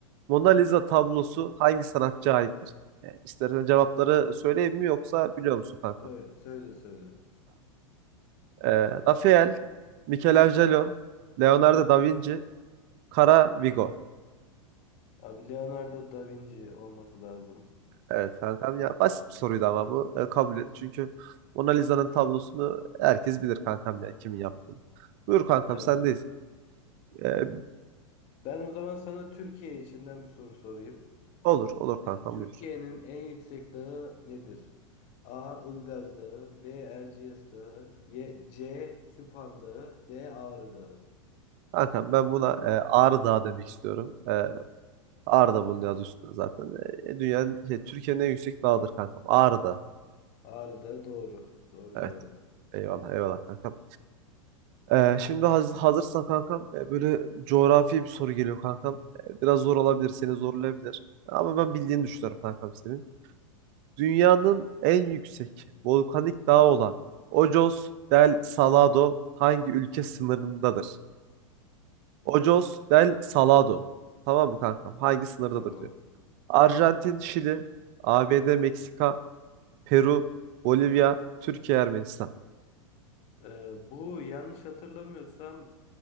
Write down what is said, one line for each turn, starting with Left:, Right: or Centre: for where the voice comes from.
Right: Mona Lisa tablosu hangi sanatçıya aittir? E, istersen cevapları söyleyeyim mi yoksa biliyor musun kanka?
Left: Söyle söyle. söyle.
Right: Ee, Rafael, Michelangelo, Leonardo da Vinci, Kara Vigo.
Left: Abi Leonardo da Vinci olması lazım.
Right: Evet kankam ya basit bir soruydu ama bu e, kabul et. Çünkü Mona Lisa'nın tablosunu herkes bilir kankam ya kimin yaptığını. Buyur kankam
Left: Evet.
Right: sendeyiz. Ee,
Left: Ben o zaman sana Türkiye içinden bir soru sorayım.
Right: olur olur kankam
Left: Ee, Türkiye'nin
Right: buyur.
Left: en yüksek dağı nedir? A. Ilgaz Dağı B. Erciyes Dağı Y- C. Süphan Dağı D. Ağrı Dağı
Right: Kankam ben buna e, Ağrı Dağı demek istiyorum. E, Ağrı da bunun adı üstünde zaten. E, dünyanın, şey, Türkiye'nin en yüksek dağıdır kankam. Ağrı Dağı.
Left: Ağrı Dağı doğru. Doğru
Right: Evet
Left: cevap.
Right: eyvallah eyvallah kankam. Ee, şimdi haz- hazırsan kankam e, böyle coğrafi bir soru geliyor kankam. E, Biraz zor olabilir, seni zorlayabilir. Ama ben bildiğini düşünüyorum kankam senin. Dünyanın en yüksek volkanik dağı olan Ojos del Salado hangi ülke sınırındadır? Ojos del Salado. Tamam mı kankam? Hangi sınırdadır
Left: Tamam.
Right: diyor. Arjantin, Şili, ABD, Meksika, Peru, Bolivya, Türkiye, Ermenistan.
Left: Ee, bu yanlış hatırlamıyorsam